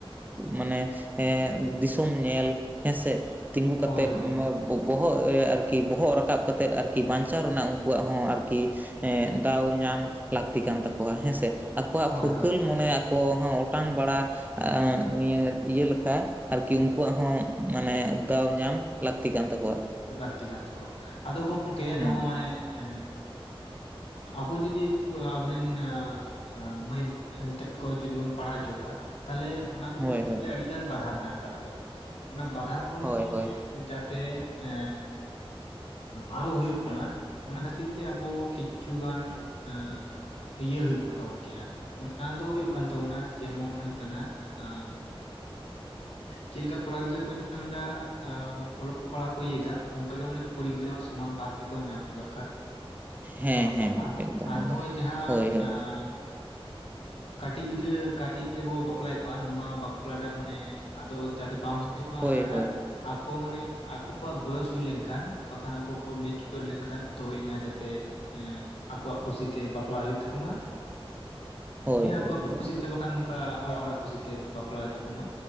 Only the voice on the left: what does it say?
ᱦᱳᱭ ᱦᱳᱭ ᱦᱳᱭ
ᱦᱳᱭ
ᱦᱳᱭ ᱜᱚᱝᱠᱮ
ᱞᱟᱹᱠᱛᱤ ᱠᱟᱱ ᱛᱟᱠᱚᱣᱟ ᱟᱫᱚ ᱜᱚᱝᱠᱮ
ᱱᱚᱜᱼᱚᱭ ᱮ ᱟᱵᱚ ᱡᱩᱫᱤ ᱠᱚ ᱟᱵᱚᱨᱮᱱ ᱟ ᱦᱟᱸ ᱢᱟᱹᱭ ᱛᱚᱠᱚ ᱡᱩᱫᱤ ᱵᱚᱱ ᱯᱟᱲᱦᱟᱣ ᱪᱚ ᱠᱚᱣᱟ ᱛᱟᱦᱚᱞᱮ ᱚᱱᱟ ᱠᱚ
ᱠᱷᱟᱛᱤᱨ
ᱜᱮ ᱟᱹᱰᱤ ᱜᱟᱱ ᱵᱟᱫᱷᱟ ᱢᱮᱱᱟᱜ ᱠᱟᱫ ᱛᱟᱵᱚᱱᱟ ᱚᱱᱟ ᱵᱟᱫᱷᱟ ᱠᱩ
ᱢᱟᱱᱮ
ᱡᱟᱛᱮ ᱮ ᱮ ᱟᱞᱚ ᱦᱩᱭᱩᱜ ᱢᱟ ᱚᱱᱟ ᱠᱷᱟᱹᱛᱤᱨ ᱛᱮ ᱟᱵᱚ ᱠᱤᱪᱷᱩ ᱜᱟᱱ ᱟᱸ ᱤᱭᱟᱹ ᱦᱩᱭ ᱠᱚᱜ ᱛᱟᱵᱚᱱ ᱠᱮᱭᱟ ᱚᱱᱟ ᱫᱚ ᱦᱩᱭᱩᱜ ᱠᱟᱱ ᱛᱟᱵᱚᱱᱟ ᱡᱮᱢᱚᱱ ᱦᱩᱭᱩᱜ ᱠᱟᱱᱟ ᱟ ᱪᱮᱫ ᱞᱮᱠᱟ ᱠᱚᱲᱟ ᱜᱤᱫᱽᱨᱟᱹ ᱠᱚ ᱧᱟᱢ ᱫᱟ ᱚᱞᱚᱜ ᱯᱟᱲᱦᱟᱜ ᱠᱚ ᱤᱭᱟᱹᱭᱫᱟ ᱚᱱᱠᱟᱜᱮ ᱢᱟᱱᱮ ᱠᱩᱲᱤ ᱜᱤᱫᱽᱨᱟᱹ ᱦᱚᱸ ᱥᱚᱢᱟᱱ ᱵᱷᱟᱜ ᱛᱮᱠᱚ ᱧᱟᱢ ᱫᱚᱨᱠᱟᱨ᱾
ᱚᱞᱚᱜ
ᱯᱟᱲᱦᱟᱜ
ᱟᱨ
ᱱᱚᱜᱚᱭ ᱡᱟᱦᱟᱸ
ᱟᱸ ᱠᱟᱹᱴᱤᱡ ᱜᱤᱫᱽᱨᱟᱹ ᱠᱟᱹᱴᱤᱡ ᱨᱮᱵᱚ ᱵᱟᱯᱞᱟᱭᱮᱫ ᱠᱚᱣᱟ ᱱᱚᱣᱟ ᱵᱟᱯᱞᱟᱴᱟᱜ ᱢᱟᱱᱮ ᱟᱫᱚ ᱡᱟᱛᱮ ᱵᱟᱝ ᱦᱩᱭᱩᱜ ᱢᱟ
ᱚᱱᱟᱴᱟᱜ
ᱟᱠᱚ ᱢᱟᱱᱮ ᱟᱠᱚᱣᱟᱜ ᱵᱚᱭᱚᱥ ᱦᱩᱭ ᱞᱮᱱᱠᱷᱟᱱ ᱵᱟᱠᱷᱟᱱ ᱟᱠᱚ ᱠᱚ ᱢᱮᱪᱩᱨ ᱞᱮᱱᱠᱷᱟᱱ ᱛᱚ ᱦᱩᱭᱱᱟ ᱡᱟᱛᱮ ᱮᱸ ᱟᱠᱚᱣᱟᱜ ᱠᱩᱥᱤᱛᱮ ᱵᱟᱯᱞᱟ ᱦᱩᱭᱩᱜ ᱛᱟᱠᱚ ᱢᱟ
ᱦᱮᱸ
ᱟᱠᱚᱣᱟᱜ ᱠᱩᱥᱤᱛᱮ ᱵᱟᱠᱷᱟᱱ ᱱᱚᱝᱠᱟ ᱚᱲᱟᱜ ᱦᱚᱲᱟᱜ ᱠᱩᱥᱤᱛᱮ ᱵᱟᱯᱞᱟ ᱦᱩᱭᱩᱜ ᱛᱟᱠᱚᱢᱟ